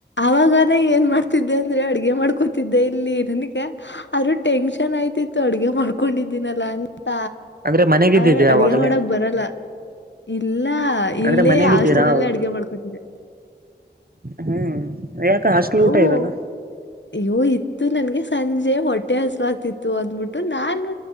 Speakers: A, on the left (about 80°); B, on the right (about 55°).
A: ಅವಾಗಾನ ಏನ್ ಮಾಡ್ತಿದ್ದೆ ಅಂದ್ರೆ ಅಡ್ಗೆ ಮಾಡ್ಕೋತಿದ್ದೆ ಇಲ್ಲಿ ನನಗೆ. ಆದ್ರರು ಟೆನ್ಷನ್ ಆಯ್ತಿತ್ತು ಅಡ್ಗೆ ಮಾಡ್ಕೊಂಡಿದ್ದೀನಲ್ಲ ಅಂತ.
B: ಅಂದ್ರೆ ಮನೆಗಿದ್ದಿದ್ದೆ
A: ಅದರೆ ಅಡ್ಗೆ
B: ಅವಾಗಲೇ
A: ಮಾಡಕ್ ಬರಲ್ಲ. ಇಲ್ಲ ಇಲ್ಲೇ
B: ಅಂದ್ರೆ ಮನೆಗಿದ್ದೀರಾ
A: ಹಾಸ್ಟೆಲ್ಲ್ಲೇ
B: ಅವಾಗ
A: ಅಡಗೆ ಮಾಡ್ಕೊತಿದೆ.
B: ಹ್ಮ್ ಯಾಕ ಹಸ್ಲು
A: ಹ್ಮ್.
B: ಊಟ ಇರಲ್ಲ.
A: ಅಯ್ಯೋ ಇತ್ತು ನನ್ಗೆ ಸಂಜೆ ಹೊಟ್ಟೆ ಹಸವಾಗ್ತಿತ್ತು ಅಂದ್ಬಿಟ್ಟು ನಾನು.